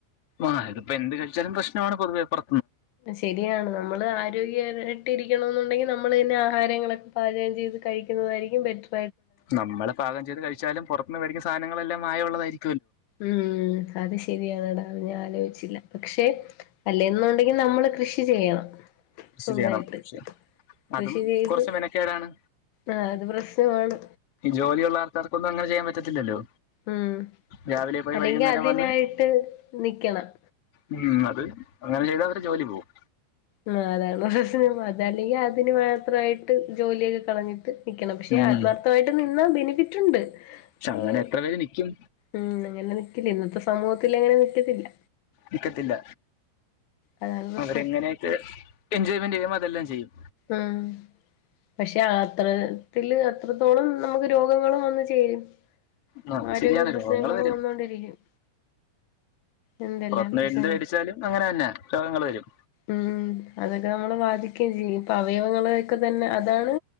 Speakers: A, on the left; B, on the left.
A: ആഹ് ഇതിപ്പോ എന്ത് കഴിച്ചാലും പ്രശ്നമാണ് പൊതുവെ പർ
B: ശരിയാണ് നമ്മള് ആരോഗ്യകരായിട്ട് ഇരിക്കണംന്ന് ഉണ്ടെങ്കിൽ ന നമ്മളന്നെ ആഹാരങ്ങളൊക്കെ പാചകം ചെയ്ത് കഴിക്കുന്നതായിരിക്കും ബെറ്ററ്
A: നമ്മള് പാകം ചെയ്ത് കഴിച്ചാലും പുറത്ത് നിന്നും മേടിക്കുന്ന സാധനങ്ങളെല്ലാം മായം ഉള്ളതായിരി
B: ഉം അത് ശരിയാണടാ അത് ഞാൻ ആലോചിച്ചില്ല. പക്ഷെ അല്ലെന്നുണ്ടെങ്കില് നമ്മള് കൃഷി ചെയ്യണം.
A: കൃഷി
B: സ്വന്തായിട്ട്
A: ചെയ്യണം വിഷയം അതും
B: കൃഷി ചെയ്ത്
A: കുറച്ച് മെനക്കേടാണ്
B: ആഹ് അത് പ്രശ്നമാണ്
A: ഈ ജോലിയുള്ള ആൾക്കാർക്ക് അങ്ങനെ ചെയ്യാൻ പറ്റത്തില്ലല്ലോ
B: ഉം
A: രാവിലെ പോയി
B: അല്ലെങ്കിൽ
A: വൈകുന്നേരം
B: അതിനായിട്ട്
A: വന്ന്
B: നിക്കണം
A: ഉം അത് അങ്ങനെ ചെയ്ത അവരെ ജോലി പോകും
B: ആ അതാണ് പ്രശ്ന അത് അല്ലെങ്കിൽ അതിന് മാത്രമായിട്ട് ജോലിയൊക്കെ കളഞ്ഞിട്ട് നൽക്കണം പക്ഷേ
A: ഉം
B: ആത്മാർത്ഥമായിട്ട് നിന്നാ ബെനിഫിറ്റ് ഉണ്ട്
A: പക്ഷെ അങ്ങനെ
B: ആഹ്
A: എത്ര പേര് നൽക്കും
B: ഉം അങ്ങനെ നിക്കില്ല ഇന്നത്തെ സമൂഹത്തി അങ്ങനെ നിക്കത്തില്ല
A: നിക്കത്തില്ല
B: അതാണ് പ്രശ്നം
A: അവരെങ്ങനെയായിട്ട് എൻജോയ്മെന്റ് ചെയ്യുമ്പോ അതെല്ലാം ചെയ്യും
B: ആഹ പക്ഷെ അത്രത്തിൽ അത്രത്തോളം നമുക്ക് രോഗങ്ങളും വന്ന ചേരും
A: ആ അത്
B: ആരോഗ്യ
A: ശരിയാണ്
B: പ്രശ്നങ്ങൾ
A: രോഗങ്ങൾ വരും
B: വന്നുകൊണ്ടിരിക്കും എന്തെല്ലാം
A: പുറത്തുനിന്ന്
B: പ്രശ്നം
A: എന്ത് മേടിച്ചാലും അങ്ങനെ തന്നെ രോഗങ്ങൾ വരും
B: ഉം അതൊക്കെ നമ്മള് അത് ക ജി <unintelligible> അവയവങ്ങളൊക്കെ തന്നെ അതാണ്